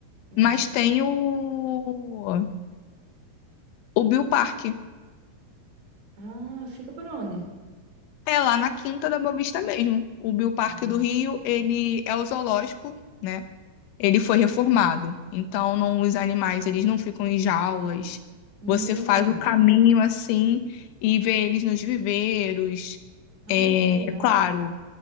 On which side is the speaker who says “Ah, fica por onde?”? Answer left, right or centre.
Right